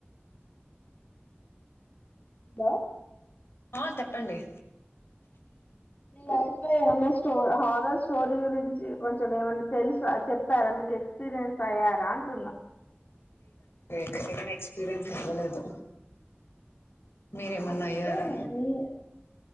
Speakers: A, on the left; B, on the left.
A: బా
B: ఆ చెప్పండి
A: మీ లైఫ్ లో ఏమన్నా స్టో హారర్ స్టోరీ గురించి కొంచెం ఏమన్నా తెల్సా చెప్పారా మీకు ఎక్స్పీరియన్స్ అయ్యారా అంటున్నా
B: నేనేం ఎక్స్పీరియన్స్ అవ్వలేదు మీరేమన్నా
A: అయితే
B: అయ్యారా
A: నీ